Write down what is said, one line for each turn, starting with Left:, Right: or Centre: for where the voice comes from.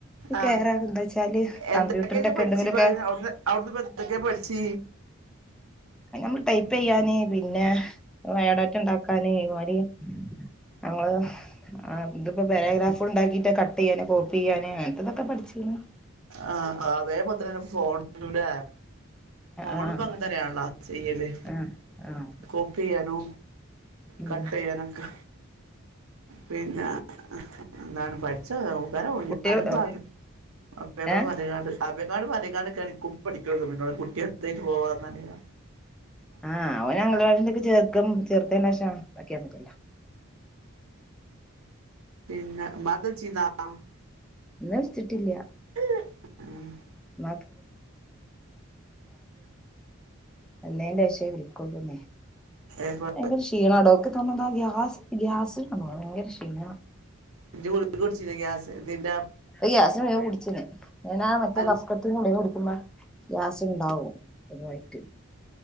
Right: ആ
Centre: കേറാ എന്താച്ചാല്
Right: എന്തൊക്കാ
Centre: കമ്പ്യൂട്ടറിന്റെ ഒക്കെ
Right: പഠിച്ചിപ്പ
Centre: എന്തെങ്കിലുമൊക്കെ
Right: അവിടു അവിടുന്ന്പ്പ എന്തൊക്കെ പഠിച്ച്
Centre: നമ്മള് ടൈപ്പ് ചെയ്യാന് പിന്നെ ബയോഡാറ്റ ഉണ്ടാക്കാന് ഇമാതിരി നമ്മള് ഇതിപ്പോ പാരഗ്രാഫ് ഉണ്ടാക്കിട്ട് കട്ട് ചെയ്യാന് കോപ്പി ചെയ്യാന് അങ്ങനത്തെതൊക്കെ പഠിച്ചിരുന്നു
Right: ആ അതേ <unintelligible> ഫോണൂല്ലേ ഫോണ്
Centre: ആഹ്
Right: ഇപ്പ അങ്ങ് തരാണ ചെയ്യല്
Centre: ആഹ് ആഹ്
Right: കോപ്പി ചെയ്യാനോ
Centre: ഉം
Right: കട്ട് ചെയ്യാനൊക്കെ പിന്നെ എന്താണ് പഠിച്ചതാവ <unintelligible>
Centre: കുട്ടികൾ ഏഹ്
Right: ആഭേക്കാടും പറഞ്ഞേക്കണ്ടേകേണ് പഠിക്കാന്ന് പിന്നട് കുട്ടികളേക്ക് പോവാന്നറയ
Centre: ആഹ് അവൻ അംഗൻവാടിലൊക്കെ ചേർക്കും ചേർത്തേന് ശേഷാന് പറ്റിയാ മതില്ല
Right: പിന്നെ ഉമ്മാക്ക് <unintelligible>
Centre: ഇന്ന് വിളിച്ചിട്ടില്ല
Right: മ്
Centre: <unintelligible> എന്നേൻ്റേഷേ വിളിക്കൊള്ളൂന്നേ.
Right: ഇപ്പൊ
Centre: ഭയങ്കര ക്ഷീണാടോ ഇന്ക് തോന്നണെ എന്താ ഗ്യാസ് ഗ്യാസ് അ ഭയങ്കര ക്ഷീണ
Right: ഇജ് ഗുളിക കുടിച്ചിനോ ഗ്യാസിന്റെ ദിന്റ
Centre: ഗ്യാസിന് കുടിച്ച ഞാ മറ്റേ
Right: അൽ
Centre: കഫകെട്ട് കൊടുക്ക്പ ഗ്യാസ് ഉണ്ടാവും ഇതായിട്ട്